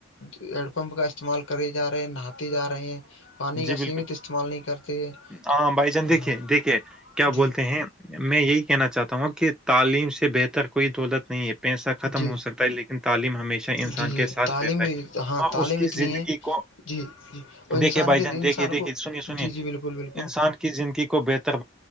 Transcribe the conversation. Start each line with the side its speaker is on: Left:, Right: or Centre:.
Left: ہیڈ پمپ کا استعمال کرے جا رہے ہیں نہاتے جا رہے ہیں پانی
Centre: جی
Left: کا
Centre: بالکل
Left: سیمت استعمال نہیں کرتے ہیں
Centre: ہاں بھائی جان
Left: ہاں
Centre: دیکھیے دیکھیے کیا
Left: جی
Centre: بولتے ہیں میں یہی کہنا چاہتا ہوں کہ تعلیم سے بہتر کوئی دولت نہیں ہے پیسہ ختم
Left: جی
Centre: ہو سکتا ہے لیکن تعلیم ہمیشہ انسان
Left: جی جی
Centre: کے ساتھ
Left: تعلیم
Centre: رہتا ہے
Left: ہاں
Centre: اور
Left: تعلیم
Centre: اس کی
Left: اتنی
Centre: زندگی
Left: ہے
Centre: کو
Left: جی جی اور انسان
Centre: دیکھیں بھائی
Left: کے
Centre: جان
Left: انسان
Centre: دیکھیں دیکھیں
Left: کو
Centre: سنیے سنیے
Left: جی جی بالکل بالکل
Centre: انسان زندگی کو بہتر